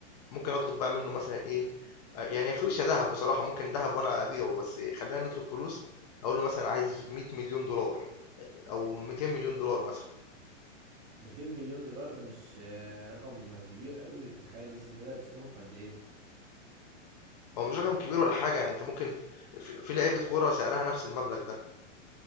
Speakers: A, on the left; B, on the right.
A: ممكن أطلب بقى منه مثلًا إيه، أ يعني هي فلوس يا دهب بصراحة، ممكن دهب وأنا أبيعه، بس خلّينا نطلب فلوس، أقول له مثلًا عايز 100.000.000$ أو 200.000.000$ مثلًا،
B: 200 مليون دولار ده مش آه، رقم كبير قوي تخيل مثلا انت تقدر تصرفه في قد ايه
A: هو مش رقم كبير ولا حاجة يعني أنت ممكن في في لعيبة كورة سعرها نفس المبلغ ده.